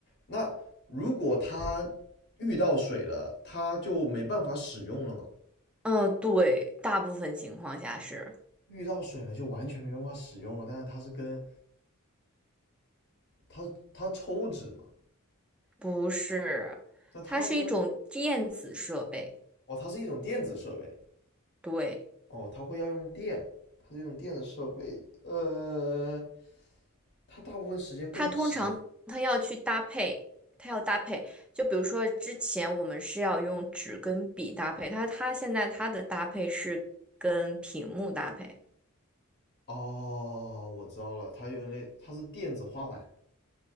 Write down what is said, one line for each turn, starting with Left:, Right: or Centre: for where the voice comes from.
Left: 那如果他遇到水了，他就没办法使用了嘛？
Centre: 嗯、对，大部分情况下是
Left: 遇到水了就完全没办法使用了。但是他是跟他他抽纸嘛，
Centre: 不是？
Left: 但他跟
Centre: 它是一种电子设备，
Left: 哦，它是一种电子设备
Centre: 对，
Left: 哦，它会要用电，它是一种电子设备。呃，它大部分时间跟纸
Centre: 它通常它要去搭配，它要搭配。就比如说之前我们是要用纸跟笔搭配，它它现在它的搭配是跟屏幕搭配。
Left: 哦，我知道了，它原来它是电子画板、